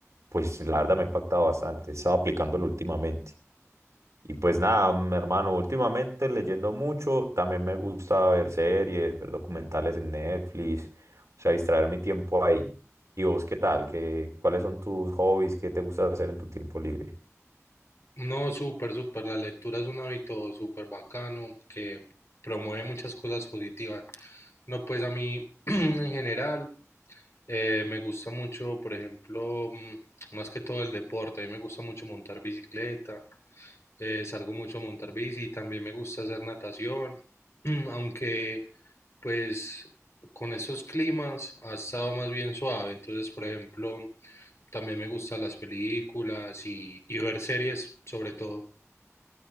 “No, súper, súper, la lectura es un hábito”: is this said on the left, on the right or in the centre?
Left